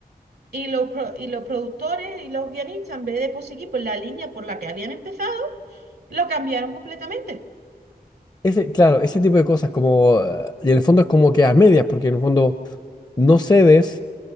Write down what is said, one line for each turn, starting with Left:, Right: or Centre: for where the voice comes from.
Right: y los, pro- y los productores y los guionistas, en vez de pues, seguir por la línea por la que habían empezado, lo cambiaron completamente.
Left: Ese, claro, ese tipo de cosas como, eh, y en el fondo es como que a medias, porque en el fondo no cedes